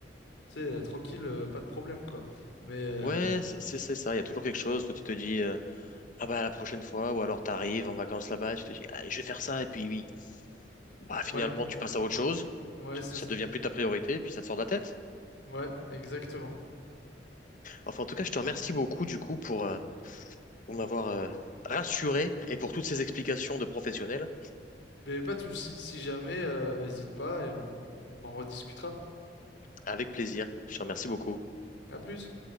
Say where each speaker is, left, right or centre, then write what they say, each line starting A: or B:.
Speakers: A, on the left; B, on the left.
A: tu sais, euh, tranquille, euh, pas de problème, quoi, mais, euh,
B: Ouais, c'est c'est- c'est ça. Il y a toujours quelque chose. Toi, tu te dis, euh, ah bah la prochaine fois, ou alors t'arrives en vacances là-bas, tu te dis, ah, je vais faire ça, et puis oui. Bah, finalement,
A: ouais,
B: tu passes à autre chose.
A: ouais,
B: Tu-
A: c'est
B: Ça
A: ça,
B: devient plus ta priorité, puis ça te sort de la tête.
A: ouais, exactement,
B: Enfin, en tout cas, je te remercie beaucoup du coup pour, euh, pour m'avoir euh, rassuré et pour toutes ces explications de professionnels.
A: mais pas de souci, si jamais, euh, hésite pas, et on, on en rediscutera,
B: Avec plaisir. Je te remercie beaucoup.
A: à plus.